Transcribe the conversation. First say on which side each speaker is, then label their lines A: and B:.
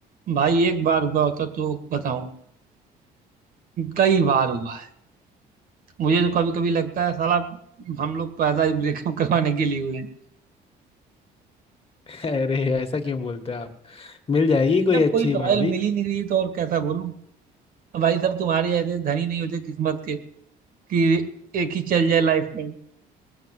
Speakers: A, on the right (about 60°); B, on the left (about 35°).
A: भाई एक बार हुआ होता तो बताऊं कई बार हुआ है मुझे तो कभी कभी लगता है साला हम लोग पैदा ही ब्रेकअप <laughs> करवाने के लिए हुए हैं
B: <laughs> अरे ऐसा क्यों बोलते हैं आप मिल जाएगी
A: अरे
B: कोई
A: जब
B: अच्छी
A: कोई लॉयल
B: वाली
A: मिल ही नहीं रही तो और कैसा बोलूं भाई सब तुम्हारे ऐसे धनी नहीं होते किस्मत के कि एक ही चल जाए लाइफ टाइम